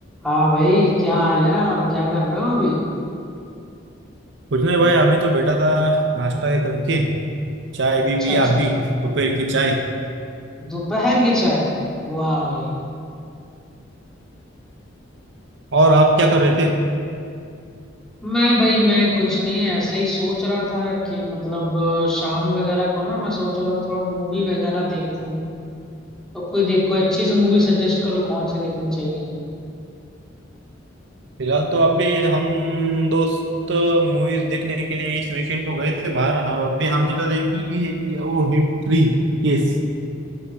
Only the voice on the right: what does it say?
कुछ नहीं भाई अभी तो बैठा था नाश्ता ये करके चाय भी
पिया
अभी दोपहर की चाय
और आप क्या कर रहे थे
फिलहाल तो अभी हम दोस्त मूवीज देखने के लिए इस वीकेंड को गए थे बाहर हाँ अभी हमने तो देखी ली है वो हिट थ्री केस